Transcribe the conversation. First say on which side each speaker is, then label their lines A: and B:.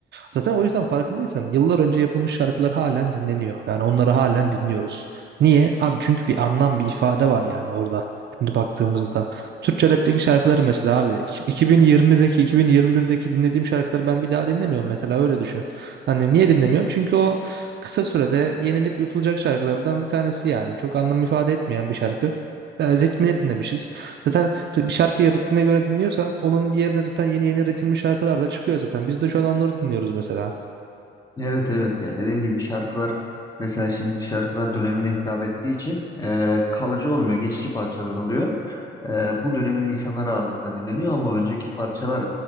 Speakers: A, on the right (about 60°); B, on the left (about 20°).
A: Zaten o yüzden farkındaysan yıllar önce yapılmış şarkılar halen dinleniyor. Yani onları halen dinliyoruz. Niye? Abi çünkü bir anlam, bir ifade var yani orada. Şimdi baktığımızda Türkçe rapteki şarkıları mesela abi iki- 2020'deki 2021'deki dinlediğim şarkıları ben bir daha dinlemiyorum mesela öyle düşün. Hani niye dinlemiyorum? Çünkü o kısa sürede yenilip yutulacak şarkılardan bir tanesi yani. Çok anlam ifade etmeyen bir şarkı. E, Ritmini dinlemişiz. Zaten bir şarkıyı ritmine göre dinliyorsan onun yerine zaten yeni yeni ritimli şarkılar da çıkıyor zaten. Biz de şu an onları dinliyoruz mesela.
B: Evet evet ya dediğin gibi şarkılar mesela şimdiki şarkılar dönemine hitap ettiği için e, kalıcı olmuyor geçici parçalar oluyor. E, bu dönemin insanları ağırlıkla dinleniyor ama önceki parçalar